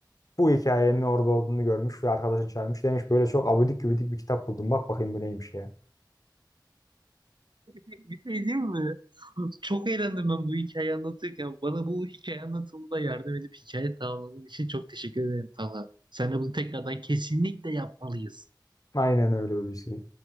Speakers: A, on the left; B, on the right.
A: bu hikayenin orada olduğunu görmüş ve arkadaşını çağırmış. Demiş böyle çok abidik gübidik bir kitap buldum. Bak bakayım bu neymiş ya.
B: Bir şey diyeyim mi? Çok eğlendim ben bu hikayeyi anlatırken. Bana bu hikaye anlatımında yardım edip hikaye tamamladığın için çok teşekkür ederim Talha. Sen de bunu tekrardan kesinlikle yapmalıyız.
A: Aynen öyle Hulusi.